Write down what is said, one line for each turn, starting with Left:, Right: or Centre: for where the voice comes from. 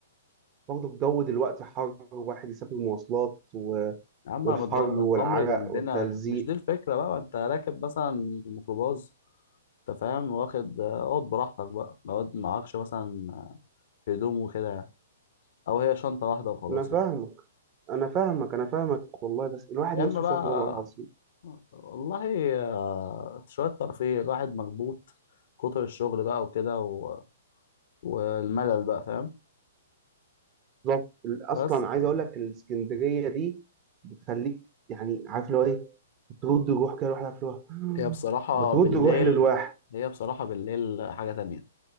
Right: برضه الجو دلوقتي حر واحد يسافر مواصلات و...
Left: يا عم
Right: والحر
Left: متغ- متغمر
Right: والعرق
Left: جنبنا
Right: والتلزيق
Left: مش دي الفكره بقى ما انت راكب مثلا في الميكروباص انت فاهم واخد آه، اقعد براحتك بقى لو معكش مثلا هدوم وكده يعني او هي شنطه واحده وخلاص
Right: انا فاهمك
Left: يعني
Right: انا فاهمك انا فاهمك والله بس الواحد
Left: يا
Right: نفسه
Left: اما بقى
Right: يسافر والله العظيم
Left: والله آه، شويه ترفيه الواحد مخبوط كتر الشغل بقى وكده و... والملل بقى فاهم
Right: بالظبط ال-
Left: بس
Right: اصلا
Left: فاهم
Right: عايز اقول لك الاسكندريه دي بتخليك يعني عارف اللي هو ايه بترد الروح كده الواحد عارف اللي هو
Left: هي بصراحة
Right: <gasps> بترد
Left: بالليل
Right: الروح للواحد
Left: هي بصراحة بالليل حاجة تانية